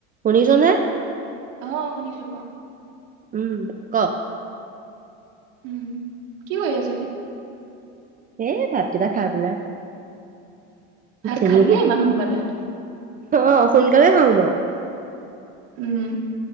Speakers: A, on the right; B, on the right.
A: শুনিছনে?
B: অ শুনিছো কোৱা
A: উম ক
B: উম কি কৰি আছিলি
A: এই ভাতকটা খাই পেলাই
B: ভাত
A: এনে
B: খালিয়ে
A: এইবোৰ
B: ইমান সোনকালে
A: অ সোনকালে খাও মই
B: উম